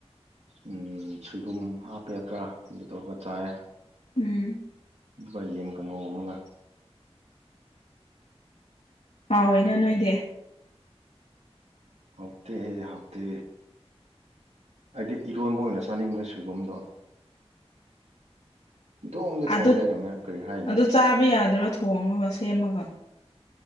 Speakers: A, on the right (about 85°); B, on the left (about 80°).
A: ꯑꯝ ꯁꯣꯏꯕꯨꯝ ꯍꯥꯞꯄꯦ ꯈꯔ ꯑꯗꯨꯗꯨꯒ ꯆꯥꯏꯌꯦ
B: ꯎꯝ
A: <unintelligible> ꯌꯦꯟ ꯀꯥꯡꯉꯧ ꯑꯃꯒ
B: ꯍꯥꯎꯋꯤꯅ ꯅꯣꯏꯗꯤ
A: ꯍꯥꯎꯇꯦ ꯑꯩ ꯍꯥꯎꯇꯦ ꯑꯩꯗꯤ ꯏꯔꯣꯟꯕ ꯑꯣꯏꯅ ꯆꯥꯅꯤꯡꯕꯅꯦ ꯁꯣꯏꯕꯨꯝꯗꯣ ꯏꯇꯣꯡꯗ ꯊꯣꯡꯉ
B: ꯑꯗꯨꯠ
A: ꯂꯩꯔꯝꯃꯦ ꯀꯔꯤ ꯍꯥꯏꯅꯤ
B: ꯑꯗꯨ ꯆꯥꯕ ꯌꯥꯗ꯭ꯔꯣ ꯊꯣꯡꯉꯒ ꯁꯦꯝꯃꯒ